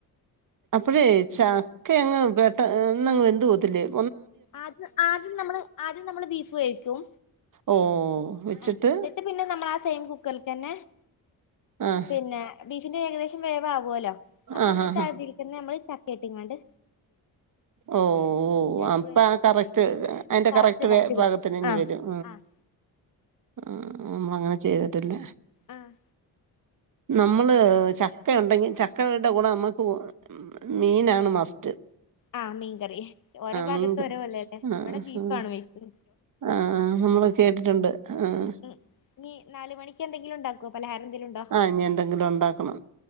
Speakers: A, on the right (about 50°); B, on the left (about 55°).
A: <unintelligible> ചക്കെങ്ങ് പെട്ട എന്ന വെ ത് ഓതില്ലേം
B: ആദ് ആദ്യം നമ്മൾ ആദ്യമ്മള് ബീഫ് വേവിക്കും
A: ഓ വെച്ചിട്ട്
B: ആ എന്നിട്ട് പിന്നെ നമ്മൾ ആ സെയിം കുക്കറിൽ തന്നെ
A: ആഹ്
B: പിന്നെ ബീഫിന് ഏകദേശ വേ ആവല്ലോ ആ
A: ആഹ്
B: സമയത്ത്
A: ആഹ് ആഹ്
B: അതിൽക്കെന്നെ നമ്മൾ ചക്ക പിങ്ങാണ്ട്
A: ഓ ഓ
B: രണ്ടും
A: അപ്പ
B: കൂടി ഒരുമിച്ചിട്ടൊന്ന്
A: അ കറക്റ്റ്
B: വേവിക്കും
A: അതിന്റെ കറക്റ്റ്
B: ഇതായിട്ട് കിട്ടും
A: ഭാഗത്തിന് ന്നെ
B: ആഹ്
A: വരും
B: ആഹ്
A: ആ നമ്മള അങ്ങനെ ചെയ്ത് ട്ടില്ല
B: ആഹ്
A: നമ്മള് ചക്ക ഉണ്ടെങ്കി ചക്കയുടെ കൂടെ നമ്മുക്ക് മീനാണ് മസ്
B: ആഹ് മീൻ കറി ഓരോ ഭാഗത്ത്
A: മീൻ കറി
B: ഓരോ കോലല്ലേ
A: ആഹ്
B: ഇവിടെ ബീഫ
A: ആഹ്
B: ആണ് വഴിക്കു
A: ആഹ് നമ്മൾ കേട്ടിട്ടുണ്ട് ആഹ്
B: ഉം ഇനി നാല് മണിക്ക് എന്തെങ്കിലും ഉണ്ടാക്കോ പലഹാരം എന്തെങ്കിലും ഉണ്ടോ
A: ആഹ് ഇഞ്ഞ് എന്തെങ്കിലും ഉണ്ടാക്കണം